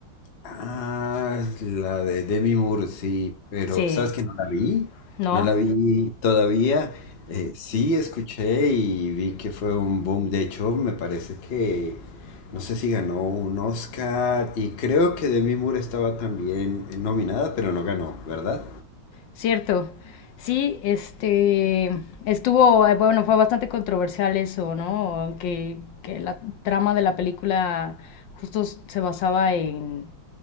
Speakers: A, on the left; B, on the left.
A: Ah, la de Demi Moore, sí, pero
B: Sí,
A: ¿sabes que no la vi?
B: ¿no?
A: No la vi todavía. Eh, sí, escuché y vi que fue un boom. De hecho, me parece que no sé si ganó un Oscar y creo que Demi Moore estaba también nominada, pero no ganó, ¿verdad?
B: Cierto. Sí, este estuvo, eh, bueno, fue bastante controversial eso, ¿no? Que, que la trama de la película justo s- se basaba en,